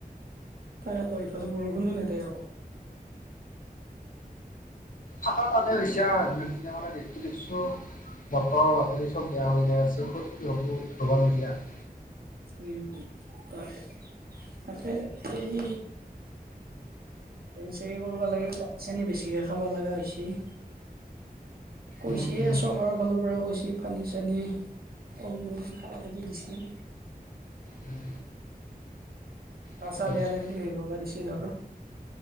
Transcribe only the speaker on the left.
<unintelligible> হৈছে আৰু দিনক দিনে মানে <unintelligible> দেখছো বতৰৰ বাতৰি চব বেয়া হৈ যায় আছে ক'ত কি হ'ব ধৰব' নোৱাৰি আৰ।
উম উম
উম
ঠিকে
কৈছা